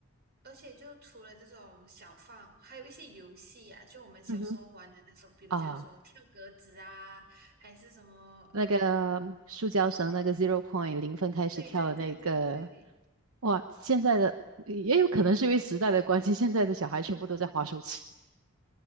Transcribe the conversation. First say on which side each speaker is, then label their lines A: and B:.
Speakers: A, on the right; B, on the right.
A: 而且就除了这种小放，还有一些游戏啊，就我们小时候玩的那种，
B: 嗯哼。
A: 比如讲说跳格子啊，
B: 啊。
A: 还是什么，
B: 那个塑胶绳那个
A: 嗯、
B: zero point 零分开始跳的那个，
A: 对对对对对，
B: 哇，现在的也有可能是因为时代的关系，现在的小孩全部都在滑手机，